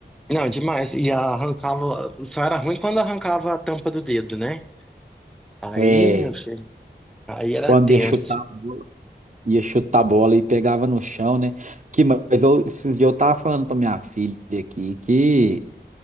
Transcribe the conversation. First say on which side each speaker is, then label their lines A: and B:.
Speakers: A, in the centre; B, on the right.
A: Não, é demais. E arrancava, só era ruim quando arrancava a tampa do dedo, né? Aí,
B: É,
A: meu filho, aí era
B: quando
A: tenso.
B: ia chutar, ia chutar a bola e pegava no chão, né? Que, mas eu, esses dias eu tava falando pra minha filha aqui que